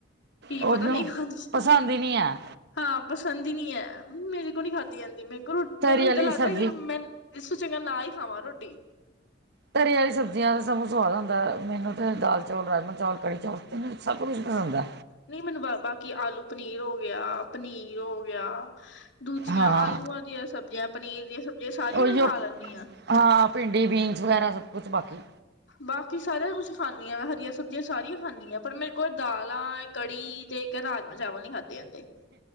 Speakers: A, on the left; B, on the right.
A: ਕੀ
B: ਉਹ
A: ਪਤਾ
B: ਕਿਉਂ
A: ਨਹੀ ਖਾਦੀ ਜਾਂਦੀ।
B: ਪਸੰਦ ਹੀ ਨਹੀਂ ਹੈ
A: ਹਾਂ ਪਸੰਦ ਈਂ ਨੀ ਐ। ਮੇਰੇ ਕੋਲ ਨੀ ਖਾਧੀ ਜਾਂਦੀ, ਮੇਰੇ ਕੋਲ
B: ਤਰੀ
A: ਮੈਨੂੰ ਏਦਾਂ
B: ਵਾਲੀ
A: ਲੱਗਦਾ
B: ਸਬਜ਼ੀ
A: ਕਿ ਮੈਂਨ ਚੰਗਾ ਨਾ ਈ ਖਾਵਾਂ ਰੋਟੀ।
B: ਤਰੀ ਆਲੀਆਂ ਸਬਜ਼ੀਆਂ ਦਾ ਸਾਨੂੰ ਸਵਾਦ ਆਂਦਾ। ਮੈਨੂੰ ਤਾਂ ਦਾਲ ਚਾਵਲ, ਰਾਜ ਮਾਹ ਚਾਵਲ, ਕੜ੍ਹੀ ਚਾਵਲ, ਸਭ ਕੁਛ ਪਸੰਦ ਆ।
A: ਨਹੀਂ ਮੈਨੂੰ ਬਾਕੀ ਆਲੂ ਪਨੀਰ ਹੋ ਗਿਆ, ਪਨੀਰ ਹੋ ਗਿਆ। ਵਿਆਹ ਦੂਜੀਆਂ
B: ਹਾਂ
A: ਆਲੂਆਂ ਦੀਆਂ ਸਬਜ਼ੀਆਂ ਪਨੀਰ ਦੀਆਂ ਸਬਜ਼ੀਆਂ ਸਾਰੀਆਂ
B: ਉਹੀਓ
A: ਮੈਂ ਖਾ ਲੈਨੀ ਆ।
B: ਹਾਂ ਭਿੰਡੀ, ਬੀਨਸ ਵਗੈਰਾ ਸਭ ਕੁਛ ਬਾਕੀ।
A: ਬਾਕੀ ਸਾਰਾ ਕੁਛ ਖਾਨੀ ਆ। ਮੈਂ ਹਰੀਆਂ ਸਬਜ਼ੀਆਂ ਸਾਰੀਆਂ ਖਾਨੀ ਆਂ। ਪਰ ਮੈਂ ਇੱਕ ਉਹ ਦਾਲਾਂ ਕੜੀ ਤੇ ਇੱਕ ਰਾਜਮਾਂਹ ਚਾਵਲ ਨੀ ਖਾਦੇ ਜਾਂਦੇ।